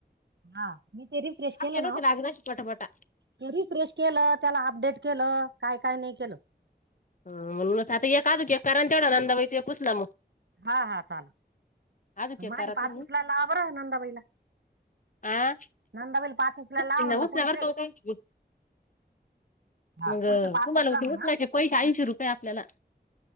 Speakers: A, on the right; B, on the left.
A: हा, मी ते रिफ्रेश केलं
B: नव्हते
A: ना?
B: लागत अशी पटापटा.
A: ते रिफ्रेश केलं, त्याला अपडेट केलं, काय-काय नाही केलं?
B: ह, म्हणूनच आता एक अजून एक करा, अन जेवढा धंदा होईल, एक उचला मग.
A: हा, हा! चालेल.
B: अजूक एक
A: माझे
B: करा
A: पाच
B: तुम्ही.
A: उचलायला लावा बरं नंदाबाईला.
B: आ
A: नंदाबाईला पाच उचलायला
B: उचलीन
A: लावा म्हणलं
B: ना उचला
A: पुढचे.
B: बरं का ओ ताई
A: हा
B: मग,
A: पुढचे पाच
B: तुम्हाला
A: उचला
B: उचलायचे
A: म्हणा
B: पैसे ऐंशी रुपये आपल्याला,